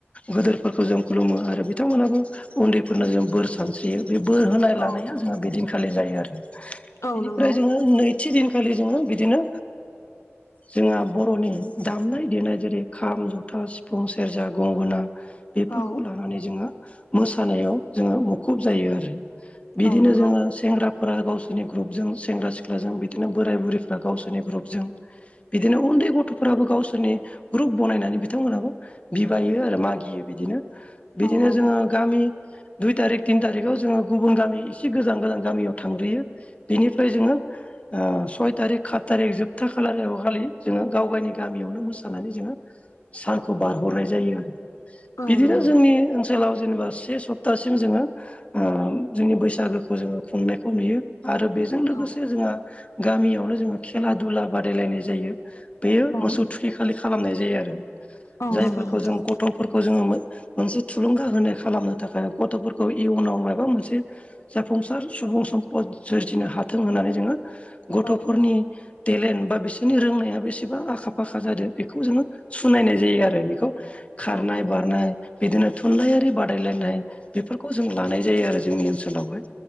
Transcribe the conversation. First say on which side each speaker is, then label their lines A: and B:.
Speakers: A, on the left (about 30°); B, on the left (about 85°).
A: गदोरफोरखौ जों खुलुमो आरो बिथांमोनहाबो उन्दैफोरनो जों बोर सानस्रियो। बे बोर होनाय
B: औ
A: लानाया जोंहा बेदिनखालि जायो आरो बेनिफ्राय
B: औ नंगौ
A: जोङो नै थि दिनखालि जोङो बिदिनो जोंहा बर'नि दामनाय दनाय जेरै खाम जथा सिफुं सेरजा गंगोना बेफोरखौ
B: औ
A: लानानै जोङो मोसानायाव जोङो मुखुब जायो आरो बिदिनो
B: औ नंगौ
A: जोङो सेंग्रा गावसोरनि ग्रुपजों सेंग्रा सिख्लाजों बिदिनो बोराय बुरैफ्रा गावसोरनि ग्रुपजों बिदिनो उन्दै गथ'फोराबो गावसोरनि ग्रुप बनायनानै बिथांमोनाबो बिबायो आरो मागियो बिदिनो
B: औ
A: बिदिनो
B: औ
A: जोङो गामि दुइ थारिख थिन थारिखआव जोङो गुबुन गामि एसे गोजान गोजान गामियाव थांग्रोयो। बिनिफ्राय जोङो सय थारिख खाात थारिख जोबथा खालार खालि जोङो गाव गावनि गामियावनो मोस जोङो सानखौ बारहरनाय जायो आरो
B: औ
A: बिदिनो
B: नंगौ
A: जोंनि ओनसो ओन सोलाव जेनेबा से सप्तासिम जोङो। जोंनि बैसागोखौ जोङो खुंनायखौ नुयो आरो बे जों लोगोसे
B: औ
A: जोंहा गामियावनो जोो खेला दुला बादायलायनाय बे
B: औ
A: मोसौ थख खालि खालामनाय जायो आरो
B: औ
A: जायफोरखौ
B: नंगौ नोंथां
A: जों ग गथ'फोरखौ जोङो मोनसे थुलुंगा होनाय खालामनो थाखाय गथ'फोरखौ इयुनाव माबा मोनसे जाफुंसार सुबुं सम्पद सोरजिनो हाथों होननानै जोङो गथ'फोरनि
B: औ
A: टेलेन्ट बा बिसोरनि रोंनाया बेसेबां आखा फाखा जादों। बेखौ जोङो सुनायनाय जायो आरो बेखौ खारनाय
B: औ नंगौ
A: बारनाय। बिदिनो थुनलाइयारि बादायलायनाय बेफोरखौ जों लानाय जायो आरो जोंनि ओनसोलावहाय।